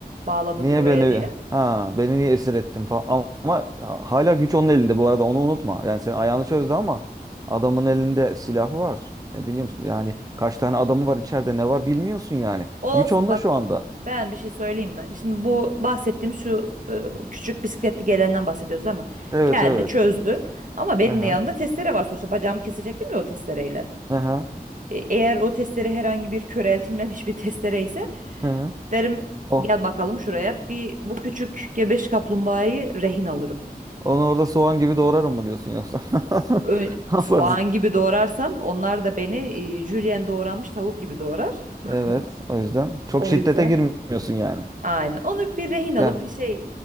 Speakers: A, on the right (about 55°); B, on the right (about 20°).
A: bağladın
B: Niye
A: buraya
B: beni
A: diye.
B: ha beni niye esir ettin falan ama ama hala güç onun elinde bu arada onu unutma. Yani senin ayağını çözdü ama adamın elinde silah var. Ne bileyim yani kaç tane adamı var içeride ne var bilmiyorsun yani.
A: Olsun
B: Güç onda
A: bak.
B: şu anda.
A: Ben bir şey söyleyeyim mi? Şimdi bu bahsettiğim şu e, küçük bisikletli gelenden bahsediyoruz ama
B: Evet
A: geldi
B: evet.
A: çözdü. Ama benim
B: Hı hı.
A: de yanımda testere var sonuçta. Bacağımı kesecektim ya o testereyle.
B: Hı hı.
A: E, Eğer o testere herhangi bir köreltilmemiş bir testere ise
B: Hı hı.
A: Derim
B: O.
A: gel bakalım şuraya. Bir bu küçük gebeş kaplumbağayı rehin alırım.
B: Onu orada soğan gibi doğrarım mı diyorsun yoksa? <laughs>
A: Ö-
B: Ne
A: soğan
B: yaparsın?
A: gibi doğrarsam onlar da beni e, jülyen doğranmış tavuk gibi doğrar.
B: Evet
A: <laughs>
B: o yüzden çok
A: O
B: şiddete
A: yüzden
B: girmiyorsun yani.
A: aynen. Onu bir rehin alıp
B: Ya
A: bir şey